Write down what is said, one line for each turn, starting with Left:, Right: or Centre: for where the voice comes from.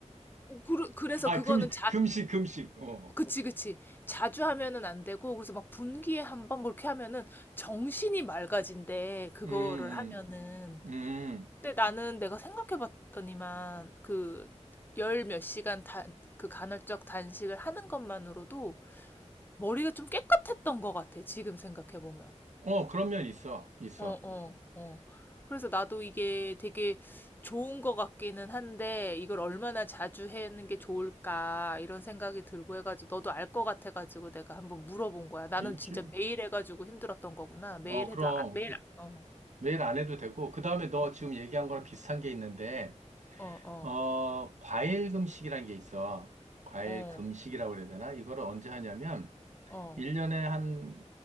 Left: 어, 그러- 그래서
Right: 아,
Left: 그거는
Right: 금, 금식, 금식. 어.
Left: 그치, 그치. 자주 하면은 안 되고, 그래서 막 분기에 한 번, 뭐 이렇게 하면은 정신이 맑아진대, 그거를
Right: 음,
Left: 하면은.
Right: 음, 음.
Left: 근데 나는 내가 생각해 봤더니만, 그, 열 몇 시간 단, 그 간헐적 단식을 하는 것만으로도 머리가 좀 깨끗했던 것 같아, 지금 생각해 보면.
Right: 어, 그런 면 있어. 있어.
Left: 어, 어, 어. 그래서 나도 이게 되게 좋은 것 같기는 한데, 이걸 얼마나 자주 하는 게 좋을까, 이런 생각이 들고 해가지고, 너도 알 것 같아가지고 내가 한번 물어본 거야. 나는
Right: 일주일.
Left: 진짜 매일 해가지고 힘들었던 거구나. 매일
Right: 어, 그럼.
Left: 해도, 아- 매일,
Right: 그,
Left: 안- 어,
Right: 매일 안 해도 되고. 그 다음에 너
Left: 어,
Right: 지금 얘기한 거랑 비슷한 게 있는데,
Left: 어, 어,
Right: 어, 과일 금식이라는 게 있어. 과일
Left: 어,
Right: 금식이라고 그래야 되나? 이거를 언제 하냐면,
Left: 어, 어,
Right: 1년에 한,